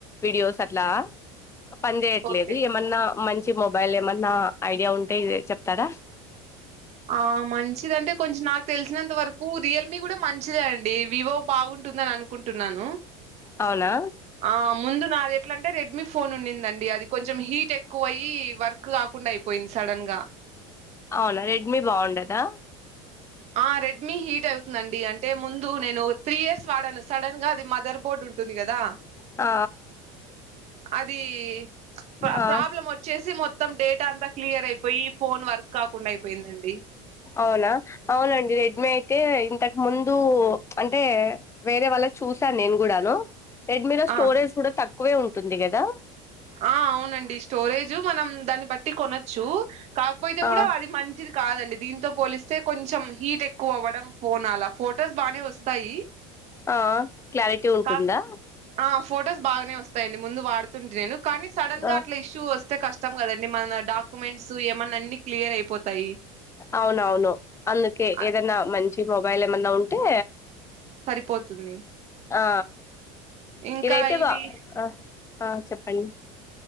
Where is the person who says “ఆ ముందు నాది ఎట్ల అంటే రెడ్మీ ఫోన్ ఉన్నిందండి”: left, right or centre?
Right